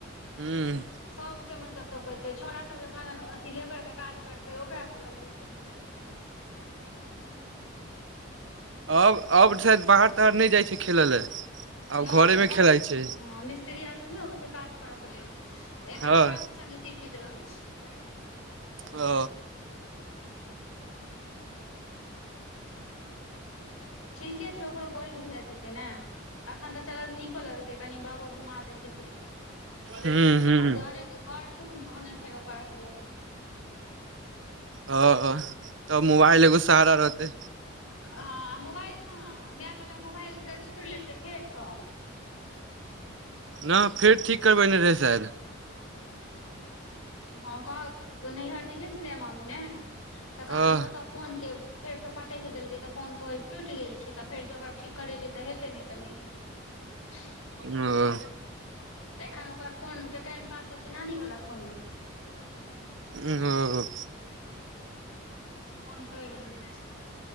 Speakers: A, on the right; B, on the left.
A: हूँ
B: सबके मतलब तकैतै छौरा सब जे कहाँदन अथी लेबर के काज करतै ओकरा सब लग जेतै आ <inaudible>
A: अब अब शायद बाहर ताहर नहि जाइ छै खेलय लए आब
B: नै
A: मे
B: घरे
A: खेलाइ छै
B: हँ मिस्त्रीया सब सब नहि अबै छै काज करऽ के लेल तऽ एखन
A: हँ
B: ओकरा सब संगे तिरपित रहै छै
A: ओ
B: ठीके छै ओकरो बोरिंग बुझाइत हेतै ने एखन तऽ चलू नीको लगतै कनि बाबो घुमा दैत हेतैक
A: हूँ हूँ
B: आ जहने घर सुन तहने फेर ओकर असगरे
A: हँ तब मोबाइल एगो सहारा रहतै
B: हँ आ मोबाइल कहाँ मे वाला मोबाइल बुझाइये चूड़ि लेलकै फेरसँ
A: ना फेर ठीक करबेने रहै शायद
B: हाँ कहल नैहर जे गेल छलैये मामी ने तऽ कहाँदुना
A: हँ
B: ओतऽ फोन के फेर सँ पटकि देलकै तऽ फोन कहब टुटि गेल छै तऽ फेर सँ ओकरा ठीक करेतै तऽ हेतै नहि तऽ नहि हेतै <inaudible>
A: हँ
B: तऽ एखन ओकर फोन के टाइम पास होइ छै नानी वाला फोन मे
A: उं हँ
B: फोन तोर लेलक